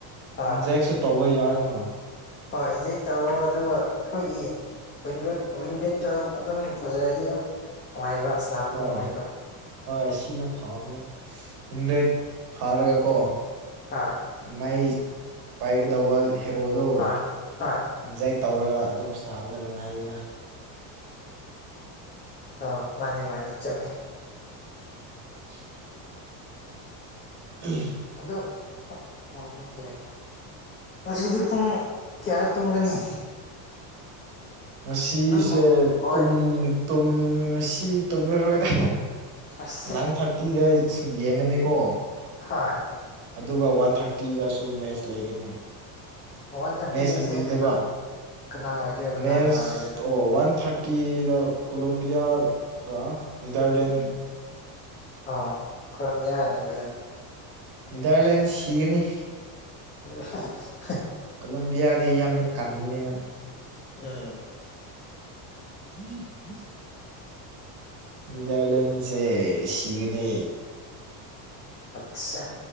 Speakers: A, on the left (about 20°); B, on the right (about 50°).
A: ꯍꯣꯏ
B: ꯏꯟꯖꯦꯛꯁꯨ ꯇꯧꯕ ꯌꯥꯏꯅ
A: ꯍꯣꯏ ꯏꯟꯖꯣꯏ ꯇꯧꯔꯣ ꯑꯗꯨꯒ ꯑꯩꯈꯣꯏꯒꯤ ꯋꯤꯟꯗꯣꯗ ꯋꯤꯟ ꯔꯦꯗꯠꯇꯣ ꯑꯗꯨꯝ ꯐꯖꯔꯗꯤ ꯑꯗꯨꯝ ꯅꯨꯡꯉꯥꯏꯕ ꯁꯅꯥꯕꯗ
B: ꯍꯣꯏ
A: ꯅꯨꯡꯉꯥꯏꯕ
B: ꯍꯣꯏ ꯁꯤꯅ ꯐꯕꯅꯦꯗꯦꯠ ꯐꯥꯔꯒ ꯀꯣ
A: ꯍ
B: ꯃꯥꯏ ꯄꯥꯏꯒꯗꯧꯕ ꯍꯦꯔꯣꯗꯣ
A: ꯍꯣꯏ ꯍꯣꯏ
B: ꯏꯟꯖꯣꯏ ꯇꯧꯔꯒ ꯑꯗꯨꯝꯕꯅ ꯅꯨꯡꯉꯥꯏꯔꯤꯗ
A: ꯑ ꯃꯥꯅꯦ ꯃꯥꯅꯦ ꯆꯨꯝꯃꯦ
B: <unintelligible> ꯎꯝ
A: ꯑꯗꯨ ꯑꯣꯃꯦ ꯉꯁꯤꯗꯤ ꯄꯨꯡ ꯀꯌꯥꯗ ꯇꯨꯝꯒꯅꯤ
B: ꯉꯁꯤꯁꯦ
A: ꯑꯗꯨꯝ ꯕꯣꯏ
B: ꯇꯨꯝ ꯇꯨꯝ ꯉꯁꯤ ꯇꯨꯝꯂꯔꯣꯏꯗ
A: ꯑꯁ
B: ꯅꯥꯏꯟ ꯊꯥꯔꯇꯤꯗ ꯌꯦꯡꯒꯅꯤꯀꯣ
A: ꯍ
B: ꯑꯗꯨꯒ ꯋꯥꯟ ꯊꯥꯔꯇꯤꯗꯁꯨ ꯃꯦꯠꯆ ꯂꯩꯔꯤꯅꯦ
A: ꯋꯥꯟ ꯊꯥꯔꯇꯤꯗꯁꯦ
B: ꯃꯦꯁ ꯑꯅꯤꯅꯦꯕ
A: ꯀꯅꯥ ꯀꯅꯥ ꯑꯣꯏꯗꯣꯏ ꯀꯅꯥ
B: ꯃꯦꯁ
A: ꯀꯅꯥ ꯑꯣꯏꯗꯣꯏꯅꯣ
B: ꯑꯣ ꯋꯥꯟ ꯊꯥꯔꯇꯤ ꯇꯤꯗ ꯀꯣꯂꯣꯕꯤꯌꯥꯒ ꯅꯤꯗꯔꯂꯦꯟ
A: ꯑꯣ ꯀꯂꯦꯝꯤꯌꯥ ꯍꯥꯏꯅ ꯑꯗꯨ
B: ꯅꯅꯤꯗꯔꯂꯦꯟ ꯁꯤꯒꯅꯤ
A: ꯎ
B: ꯀꯣꯂꯝꯕꯤꯌꯥꯗꯤ ꯌꯥꯝꯅ ꯀꯟꯕꯅꯤꯅ
A: ꯎꯝ
B: <unintelligible>
A: <unintelligible>
B: ꯅꯅꯤꯗꯔꯂꯦꯟꯁꯦ ꯁꯤꯒꯅꯦ
A: ꯑꯠꯆꯥ